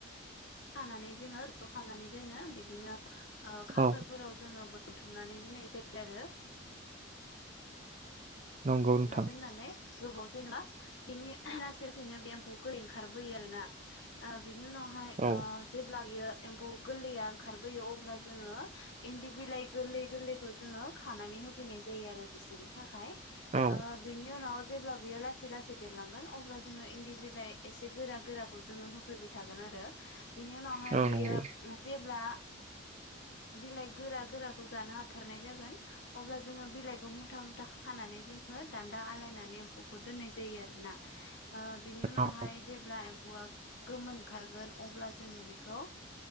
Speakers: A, on the left (about 60°); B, on the right (about 35°).
A: हानानै जोङो जखांनानै दोनो बिदिनो खाखोरफोराव
B: औ
A: जोङो बोनथुमनानै दोननाय जायो आरो
B: नंगौ नोंथां
A: नादोंान ने गोबाव जेनेबा बिनि लासै लासैनो बे एम्फौखौ ओंखारबोयो आर ना बिनि उनावहाय
B: औ
A: जेब्ला बियो एम्फौ गोरलैया ओंखारबोयो अब्ला जोङो इन्दि बिलाइ गोरलै गोरलैखौ जोङो खानानै होफैनाय जायो आरो बिसोरनि थाखाय
B: औ
A: आ बिनिय नाव जेब्ला बियो लासै लासै देरलांगोन अब्ला जोङो इन्दि बिलाइ एसे गोरा गोराखौ जोङो होफैबाय थागोन आरो आरो बिनि उनावहाय
B: औ
A: बेयो
B: नंगौ
A: जेब्ला बिलाइ गोरा गोराखौ जानो हाथारनाय जागोन अब्ला जोङो बिलाइखौ मुथां मुथा खानानै जोङो दान्दा आलायनानै एम्फौखौ दोननाय जायो आरोोना बिनि उनावहाय
B: औ
A: जेब्ला एम्फौआ गोमोन ओंखारगोन अब्ला जोङो बेखौ